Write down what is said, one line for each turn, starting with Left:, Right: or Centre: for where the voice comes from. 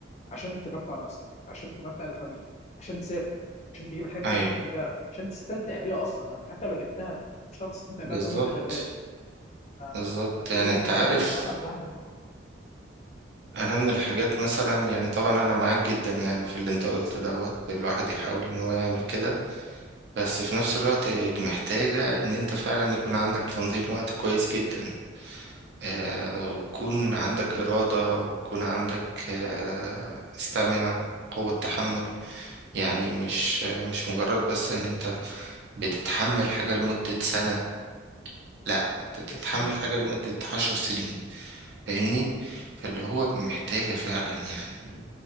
Left: عشان تمتع نفسك عشان تمتع اللي حواليك عشان تسافر عشان تجيب الحاجات
Right: ايوه
Left: اللي انت بتحبها عشان تستمتع بيها اصلا ما انت حتى لو جبتها مش هتعرف تستمتع بيها
Right: بالظبط
Left: طول ما انت شغال آه،
Right: بالظبط يعني
Left: دي من
Right: انت
Left: الحاجات
Right: عارف
Left: اللي الصراحه اللي الواحد بيخطط لها
Right: انا من الحاجات مثلا يعني طبعا انا معاك جدا يعني في اللي انت قلته دوت الواحد يحاول ان هو يعمل كده بس في نفس الوقت دي محتاجة ان انت فعلا يكون عندك تنظيم وقت كويس جدا آه وتكون عندك إرادة وتكون عندك آه استامنة قوة تحمل يعني مش مش مجرد بس ان انت بتتحمل حاجة لمدة سنة لا انت تتحمل
Left: يا سنين
Right: حاجة لمدة عشر سنين فاهمني فاللي هو محتاجة فعلا يعني